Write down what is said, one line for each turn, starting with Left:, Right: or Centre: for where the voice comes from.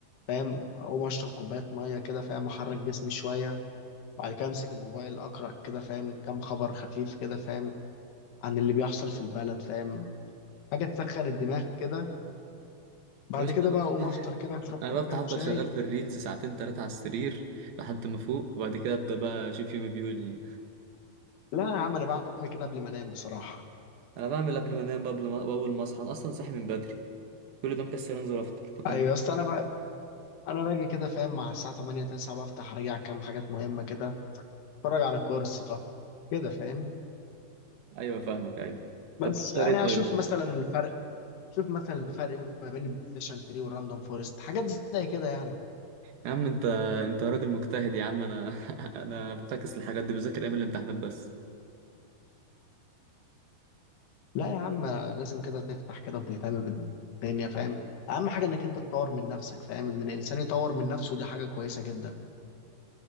Left: فاهم اقوم اشرب كوباية مية كده فاهم احرك جسمي شوية بعد كده امسك الموبايل اقرا كده فاهم كام خبر خفيف كده فاهم عن اللي بيحصل في البلد فاهم حاجه تسخن الدماغ كده بعد
Right: يا باشا
Left: كده
Right: انا بفتح
Left: بقى اقوم افطر كده اشرب
Right: انا
Left: كوبايه
Right: بفتح افضل
Left: شاي
Right: شغال في الريلز ساعتين تلاتة على السرير لحد ما فوق وبعد كده ابدا بقى اشوف يومي بيقول ايه
Left: لا يا عم انا بعمل كده قبل ما انام بصراحه
Right: انا بعمل قبل ما انام قبل ما واول ما اصحى انا اصلا صاحي من بدري كل ده مكسل انزل افطر بكلم
Left: ايوه اصل انا بقى انا باجي كده فاهم مع الساعه 8 9 بفتح راجع كام حاجات مهمه كده اتفرج على كورس ف... كده فاهم
Right: ايوه فاهمك ايوه
Left: بس
Right: طب بتفطر
Left: يعني
Right: ايه طيب؟
Left: اشوف مثلا الفرق شوف مثلا الفرق ما بين الديسيشن تري والراندوم فورست حاجات زي كده يعني
Right: يا عم انت انت راجل مجتهد يا عم انا <laughs> انا فاكس الحاجات دي بذاكر ايام الامتحانات بس
Left: لا يا عم لازم كده تفتح كده وتهتم بالدنيا فاهم اهم حاجه انك انت تطور من نفسك فاهم ان الانسان يطور من نفسه دي حاجه كويسه جدا